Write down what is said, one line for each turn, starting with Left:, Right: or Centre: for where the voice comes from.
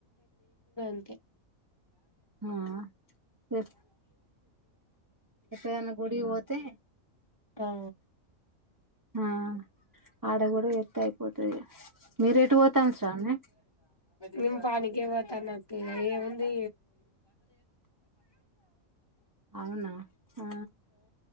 Left: ఉం
Right: ఆ రేప్ ఎప్పుడైనా గుడికి పోతే
Left: ఆ
Right: ఆ ఆడ కూడాడ ఎత్తే పోతది ఇగ మీరు ఎటు పోతాన్రు శ్రావణి
Left: నిన్ పనికె పోతన్న కే ఏముంది
Right: అవునా ఆ